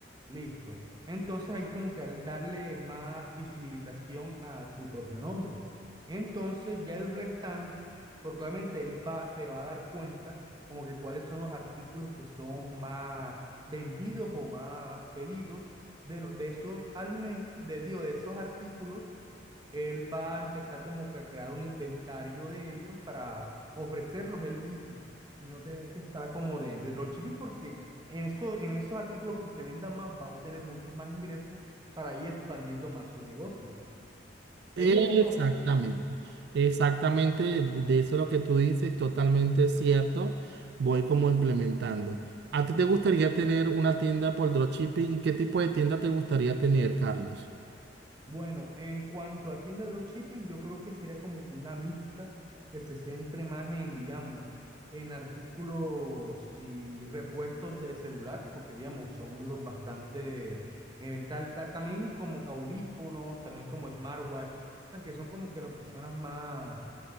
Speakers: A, on the right; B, on the right.
A: Listo. Entonces hay como que al darle más visibilización a su propio nombre. Entonces ya el restante, porque obviamente él va, se va a dar cuenta como que cuáles son los artículos que son más vendidos o más pedidos de, no- de esos alimentos, de, digo, de esos artículos él va a empezar como que a crear un inventario de ellos para ofrecerlos él mismo y no tener que estar como de, de dropshipping porque en, eso, en esos artículos que se vendan más va a obtener muchos más ingresos para ir expandiendo más su negocio.
B: Exactamente,
A: Y ahí de poco a poco.
B: exactamente, de de eso lo que tú dices, totalmente cierto. Voy como implementando. ¿A ti te gustaría tener una tienda por dropshipping? ¿Y qué tipo de tienda te gustaría tener, Carlos?
A: Bueno, en cuanto a tienda de dropshipping, yo creo que sería como que una mixta que se centre más en, digamos, en artículos y repuestos de celular, porque, digamos, son los bastante eh, tal, tal, también como que audífonos, también como smartwatch, o sea, que son como que las personas más